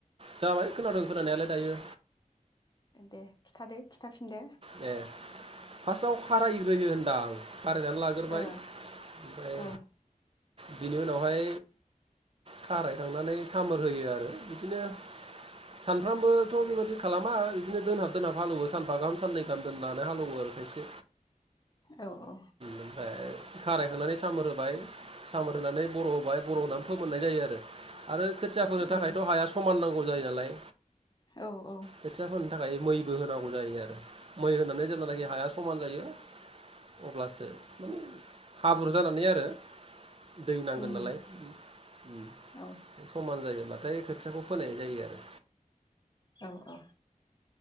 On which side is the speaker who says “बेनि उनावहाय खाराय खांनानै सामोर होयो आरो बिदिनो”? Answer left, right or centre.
Right